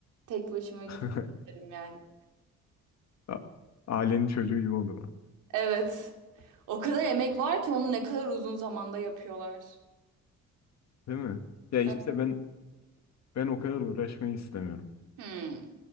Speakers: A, on the right; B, on the left.
A: Tek başıma
B: <laughs>
A: gidip gezerim yani.
B: A- Ailenin çocuğu gibi olur o.
A: Evet. O kadar emek var ki onu ne kadar uzun zamanda yapıyorlar.
B: Değil mi? Ya işte
A: Evet.
B: ben ben o kadar uğraşmayı istemiyorum.
A: Hmm.